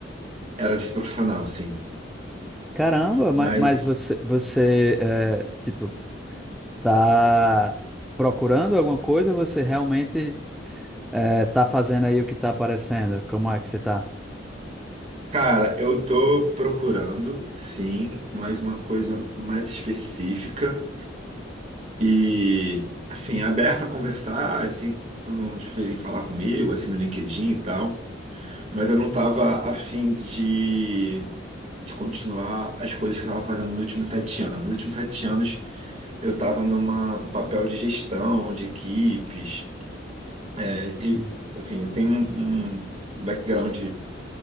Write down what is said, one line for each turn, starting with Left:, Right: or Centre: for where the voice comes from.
Right: Era desprofissional, sim.
Centre: Caramba,
Right: Mas,
Centre: mas, mas você, você é, tipo, tá procurando alguma coisa ou você realmente é, tá fazendo aí o que tá aparecendo? Como é que você tá?
Right: cara, eu tô procurando, sim, mais uma coisa mais específica e, enfim, aberta a conversar, assim, quando as pessoas vêm falar comigo, assim, no LinkedIn e tal. Mas eu não tava afim de de continuar as coisas que eu estava fazendo nos últimos sete anos. Nos últimos sete anos, eu estava numa um papel de gestão de equipes, né?
Centre: Sim.
Right: e, enfim, eu tenho um, um background